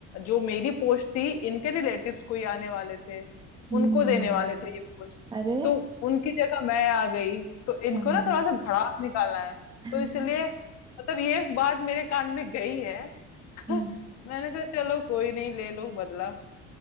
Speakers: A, on the left; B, on the right.
A: जो मेरी पोस्ट थी इनके रिलेटिव्स कोई आने वाले थे
B: हम्म
A: उनको देने वाले थे ये पोस्ट
B: अरे
A: तो उनकी जगह मैं आ गई तो इनको
B: हम
A: ना थोड़ा सा भड़ास निकालना है
B: <laughs>
A: तो इसलिए मतलब ये बात मेरे कान में गई है <laughs>
B: हम्म
A: मैंने कहा चलो कोई नहीं ले लो बदला